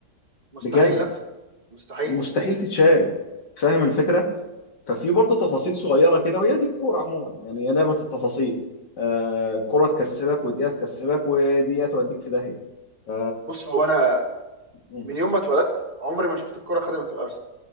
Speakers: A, on the right (about 35°); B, on the left (about 85°).
A: مستحيل
B: بجد
A: لا مستحيل
B: مستحيل تتشال فاهم الفكره ففي برضه تفاصيل صغيره كده وهي دي الكوره عموما يعني هي لعبه التفاصيل آه الكوره تكسبك ودقيقه تكسبك ودقيقه توديك في داهيه ف
A: بص هو انا
B: م-
A: من يوم ما اتولدت عمري ما شفت الكره خدمه الارسنال